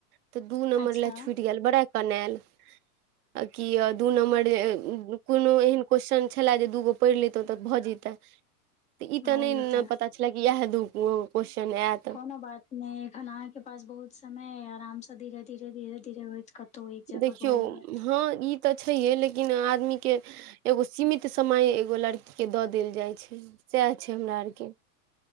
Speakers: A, on the right (about 75°); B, on the left (about 15°).
A: तऽ दू नम्बर
B: अच्छा
A: ले छुटि गेल बड़ा कनेल आ कि दू नम्बर जे कोनो एहन क्वेश्चन छले जे दूगो पढ़ि लितौं तऽ भऽ जैतौं तऽ ई तऽ
B: भऽ
A: नहि
B: जेतै
A: ने पता छले कि इएह दू गो क्वेश्चन आएत
B: कोनो बात नहि एखन अहाँ के पास बहुत समय अय आराम से धीरे धीरे धीरे धीरे होयत कत तऽ एक जगह
A: देखियौ
B: भए जेत
A: हँ ई तऽ छैहे लेकिन आदमीके एगो सीमित समय एगो लड़कीके दऽ देल जाइ छै सैह छै हमरा आर के